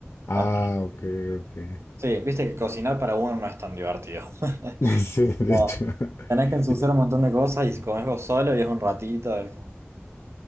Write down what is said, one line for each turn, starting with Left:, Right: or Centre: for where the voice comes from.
Left: Ah,
Right: o no.
Left: ok, ok.
Right: Sí, viste que cocinar para uno no es tan divertido. <laughs>
Left: <laughs> Sí, de
Right: Como,
Left: hecho. <laughs>
Right: tenés que ensuciar un montón de cosas y si comés vos solo y es un ratito. es como-